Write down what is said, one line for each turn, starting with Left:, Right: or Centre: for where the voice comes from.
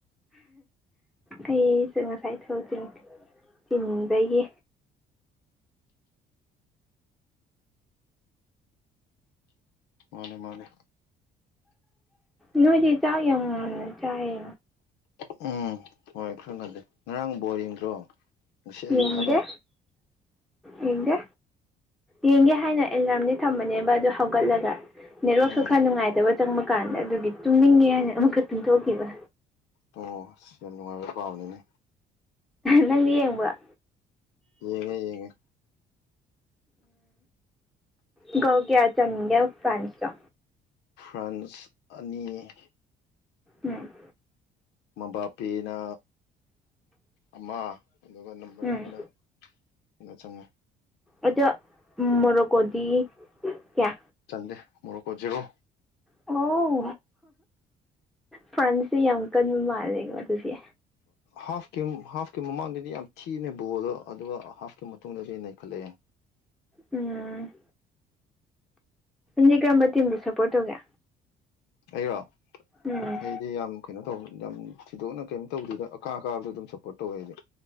Centre: ꯑꯩꯁꯨ ꯉꯁꯥꯏ ꯊꯕꯥꯛ ꯆꯤꯟꯕꯒꯤ
Left: ꯃꯥꯅꯦ ꯃꯥꯅꯦ
Centre: ꯅꯣꯏꯗꯤ ꯆꯤꯛ ꯌꯥꯝ ꯌꯥꯝ ꯆꯥꯌꯦ
Left: ꯎꯝ ꯍꯣꯏ ꯈꯔꯥ ꯉꯥꯂꯦ ꯉꯔꯪ ꯕꯣꯜ ꯌꯦꯡꯗ꯭ꯔꯣ ꯉꯁꯤ ꯑꯌꯨꯛ
Centre: ꯌꯦꯡꯗꯦ
Left: ꯍꯥꯏꯕ
Centre: ꯌꯦꯡꯗꯦ ꯌꯦꯡꯒꯦ ꯍꯥꯏꯅ ꯑꯦꯂꯥꯔꯝꯗꯤ ꯊꯝꯕꯅꯦꯕ ꯑꯗꯨ ꯍꯧꯒꯠꯂꯒ ꯅꯦꯠꯋꯥꯛꯁꯨ
Left: ꯎꯝ
Centre: ꯈꯔ ꯅꯨꯡꯉꯥꯏꯇꯕ ꯆꯪꯕ ꯀꯥꯟꯗ ꯑꯗꯨꯗꯤ ꯇꯨꯝꯅꯤꯡꯉꯦ ꯍꯥꯏꯅ ꯑꯃꯛꯈꯛ ꯇꯨꯝꯊꯣꯛꯈꯤꯕ
Left: ꯑꯣ ꯁꯤ ꯌꯥꯝ ꯅꯨꯡꯉꯥꯏꯕ ꯄꯥꯝꯅꯤꯅꯦ
Centre: ꯅꯪꯗꯤ ꯌꯦꯡꯕꯔꯥ
Left: ꯌꯦꯡꯉꯦ ꯌꯦꯡꯉꯦ
Centre: ꯎꯝ ꯒꯌꯥ ꯆꯟꯒꯦ ꯐ꯭ꯔꯥꯟꯁꯇꯣ
Left: ꯐ꯭ꯔꯥꯟꯁ ꯑꯅꯤ
Centre: ꯎꯝ
Left: ꯃꯕꯥ ꯄꯦꯅ ꯑꯃ ꯑꯗꯨꯒ ꯅꯝꯕꯔ
Centre: ꯎꯝ
Left: ꯑꯃꯅ <unintelligible> ꯆꯉꯣꯏ
Centre: ꯑꯗ ꯃꯣꯔꯣꯀꯣꯗꯤ ꯀꯌꯥ
Left: ꯆꯥꯟꯗꯦ ꯃꯣꯔꯣꯛ ꯖꯦꯔꯣ
Centre: ꯑꯣ ꯐ꯭ꯔꯥꯟꯁꯁꯦ ꯌꯥꯝ ꯀꯟꯕ ꯃꯥꯜꯂꯦꯀꯣ ꯑꯗꯨꯗꯤ
Left: ꯍꯥꯐꯀꯤ ꯍꯥꯐꯀꯤ ꯃꯃꯥꯡꯗꯗꯤ ꯌꯥꯝ ꯊꯤꯅ ꯕꯣꯜꯗꯣ ꯑꯗꯨꯒ ꯍꯥꯐꯀꯤ ꯃꯇꯨꯡꯗꯗꯤ ꯅꯩꯈꯠꯂꯛꯑꯦ
Centre: ꯎꯝ ꯗꯤ ꯀꯔꯝꯕ ꯇꯤꯝ ꯁꯞꯄꯣꯔꯠ ꯇꯧꯒꯦ
Left: ꯑꯩꯔ
Centre: ꯎꯝ
Left: ꯑꯩ ꯁꯤ ꯌꯥꯝ ꯀꯩꯅꯣ ꯇꯧ ꯌꯥꯝ ꯊꯤꯗꯣꯛꯅ ꯀꯩꯝ ꯇꯧꯗꯗ ꯑꯀꯥ ꯑꯀꯥꯕꯗꯣ ꯑꯗꯨꯝ ꯁꯞꯄꯣꯔꯠ ꯇꯧꯋꯦ ꯍꯥꯏꯗꯤ